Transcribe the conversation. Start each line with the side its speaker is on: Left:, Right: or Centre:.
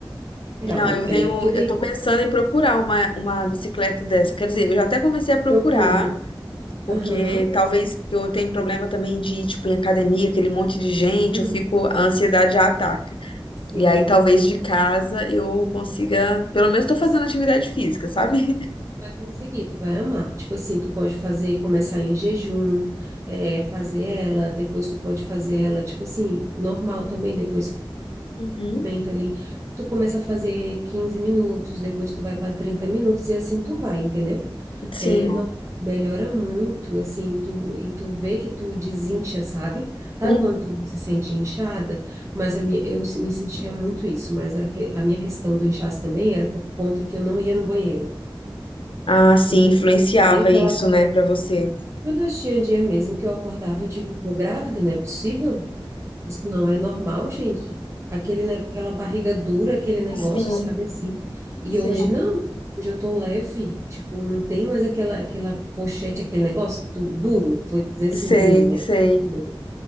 Right: Legal.
Left: Não, eu
Right: É,
Left: tenho,
Right: porque daí
Left: eu tô
Right: tu
Left: pensando em procurar uma, uma bicicleta dessa. Quer dizer, eu já até comecei a procurar,
Right: procura.
Left: Porque
Right: Aham.
Left: talvez eu tenha problema também de ir, tipo, em academia, aquele monte de gente,
Right: Uhum.
Left: eu fico, a ansiedade já ataca.
Right: Sim.
Left: E aí talvez de casa eu consiga, pelo
Right: Tu vai
Left: menos estou
Right: conseguir,
Left: fazendo atividade física, sabe?
Right: vai conseguir, tu vai amar. Tipo assim, tu pode fazer, começar em jejum, é, fazer ela, depois tu pode fazer ela, tipo assim, normal também, depois que
Left: Uhum.
Right: aumenta ali. Tu começa a fazer 15 minutos, depois tu vai para 30 minutos e assim tu vai, entendeu?
Left: <laughs> Sim.
Right: É, não, melhora muito, assim, tu, e tu vê que tu desincha, sabe? Sabe
Left: Hum.
Right: quando tu se sente inchada? Mas a minha, eu me sentia muito isso, mas a, que- a minha questão do inchaço também era por conta que eu não ia no banheiro.
Left: Ah, sim,
Right: Então,
Left: influenciava
Right: tinha aquela...
Left: isso, né, pra você.
Right: Meu Deus, tinha dia mesmo que eu acordava e eu digo, tô grávida, não é possível? Isso não é normal, gente. Aquele, ne- aquela barriga dura, aquele negócio,
Left: Sim,
Right: sabe assim. E
Left: sim.
Right: hoje não, tipo, hoje eu tô leve, tipo, não tem mais aquela, aquela pochete, aquele negócio que tu, duro, vou dizer assim,
Left: Sei,
Right: duro, né?
Left: sei.
Right: Meu Deus,